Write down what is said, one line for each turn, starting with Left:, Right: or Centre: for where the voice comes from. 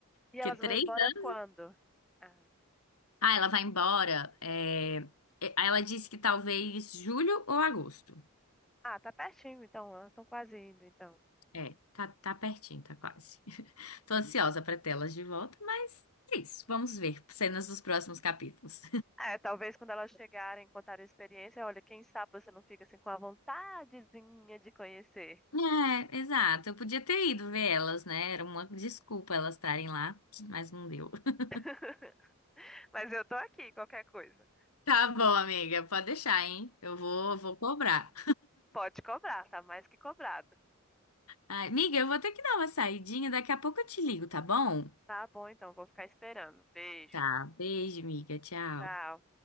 Centre: E
Left: porque
Centre: elas
Left: três
Centre: vão embora quando?
Left: anos,
Centre: Ah,
Left: ah, ela vai embora, é... é, aí ela disse que talvez julho ou agosto,
Centre: ah, tá pertinho, então. Elas estão quase indo, então.
Left: é, tá, tá pertinho, tá quase, <laughs> tô ansiosa para tê-las de volta, mas é isso, vamos ver cenas dos próximos capítulos.
Centre: É, talvez quando elas chegarem, contarem a experiência, olha, quem sabe você não fica assim com a vontadezinha de conhecer.
Left: É, exato. Eu podia ter ido ver elas, né? Era uma desculpa elas estarem lá, mas não deu. <laughs>
Centre: <laughs> Mas eu tô aqui, qualquer coisa.
Left: Tá bom, amiga, pode deixar, hein? Eu vou, vou cobrar.
Centre: Pode cobrar, tá mais que cobrado.
Left: Ai, amiga, eu vou ter que dar uma saidinha, daqui a pouco eu te ligo, tá bom?
Centre: Tá bom, então, vou ficar esperando. Beijo.
Left: Tá. Beijo, amiga. Tchau.
Centre: Tchau.